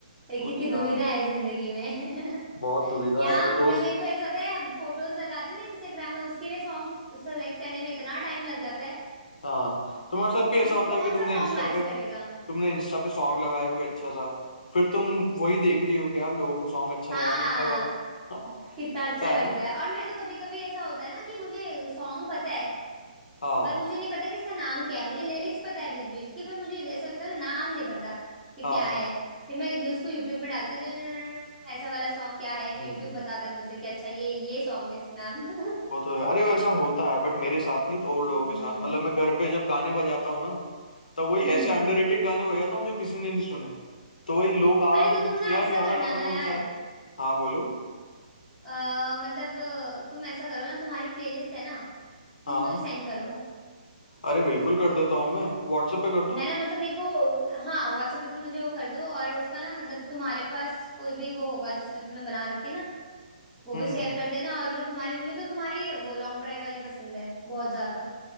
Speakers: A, on the right (about 15°); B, on the left (about 70°).
A: ये कितनी
B: वही यार
A: दुविधा है जिंदगी में <laughs>
B: बहुत दुविधा
A: यहाँ
B: है मेरे
A: मैं
B: दोस्त
A: मेरे को ऐसा होता है फोटोज लगाती हूँ ना इंस्टाग्राम में उसके लिए सॉन्ग सेलेक्ट करने में इतना टाइम लग जाता है
B: हाँ तुम्हारे साथ भी ऐसा
A: कि
B: होता
A: कौन
B: है कि तुमने
A: सा सॉन्ग
B: इंस्टा
A: मैच
B: पे
A: करेगा
B: तुमने इंस्टा पे सॉन्ग लगाया कोई अच्छा सा फिर तुम वही देख रही हो कि यार लोगों को सॉन्ग अच्छा
A: हाँ
B: लगा कि नहीं लगा <laughs>
A: कितना अच्छा
B: रहता
A: लग
B: है ना
A: रहा है और मैं तो कभी कभी ऐसा होता है ना कि मुझे सॉन्ग पता है
B: हाँ
A: पर मुझे नहीं पता कि इसका नाम क्या है मुझे लिरिक्स पता है बीच बीच की पर मुझे ऐसा होता है ना नाम नहीं पता कि
B: हाँ
A: क्या है फिर मैं यू- इसको यूट्यूब में डालती हूँ "न- न- न- न- ऐसा वाला सॉन्ग क्या है फिर
B: हम्म
A: यूट्यूब बताता है मुझे कि अच्छा ये ये सॉन्ग है इस नाम <laughs>
B: वो तो है अरे वो ऐसा होता है बट मेरे साथ नहीं तो और
A: हम्म
B: लोगों के साथ मतलब मैं घर पे जब गाने बजाता हूँ ना तब वही
A: हम्म
B: ऐसे अंडररेटेड गाने बजाता हूँ जो किसी ने नहीं सुने तो वही लोग आके
A: अरे तो
B: पूछते
A: तुम ना
B: हैं, यार
A: ऐसा
B: ये वाला
A: करना
B: गाना कौन
A: ना यार
B: सा है हाँ बोलो
A: अ, मतलब अ, तुम ऐसा करो ना तुम्हारी प्लेलिस्ट है ना तुम
B: हाँ
A: मुझे सेंड करो
B: अरे बिल्कुल कर देता हूँ मैं व्हाट्सएप पे कर दूँ
A: है ना मतलब मेरे को हाँ व्हाट्सएप पे तुम मुझे वो कर दो और उसका ना मतलब तुम्हारे पास कोई भी वो होगा जिसमें तुमने बना रखे ना वो
B: हम्म
A: भी शेयर कर देना और जो तुम्हारी मुझे तो तुम्हारी वो लॉन्ग ड्राइव वाली पसंद है बहुत ज्यादा